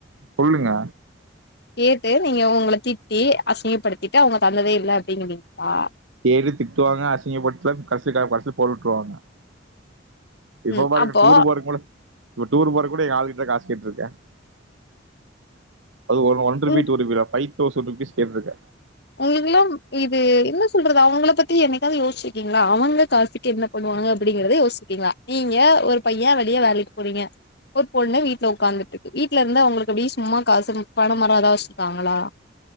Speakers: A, on the right; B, on the left.
A: சொல்லுங்க
B: கேட்டு நீங்க உங்களை திட்டி அசிங்கப்படுத்திட்டு அவங்க தந்ததே இல்லை அப்படிங்கிறீங்களா
A: டெய்லி திட்டுவாங்க அசிங்கப்படத்துல கடைசில பஸ்ல போட்டு விட்டுருவாங்க இப்போ
B: ம்
A: பாருங்க
B: அப்போ
A: டூரு போறதக்கு மொதல இப்ப டூர் போற கூட என் ஆல் கிட்ட காசு கேட்டு இருக்கேன் அது ஒ ஒன்ருபி
B: உங்க
A: டூருப்பி த்தான் பை தோஷண்ட் ருப்பீஸ் கேட்ருக்கேன்
B: உங்களுக்குல்லா இது என்ன சொல்றது அவங்கள பத்தி என்னைக்காவது யோச்சிருக்கீங்களா அவங்க காசுக்கு என்ன பண்ணுவாங்க அப்படிங்கறத யோச்சிருக்கீங்களா நீங்க ஒரு பையன் வெளிய வேலைக்கு போறீங்க ஒரு பொண்ணு வீட்டுல உட்காந்துட்டு இருக்கு வீட்டுல இருந்து அவங்களுக்கு அப்படியே சும்மா காசு பணம் மரம் ஏதாவது வச்சுிருக்காங்களா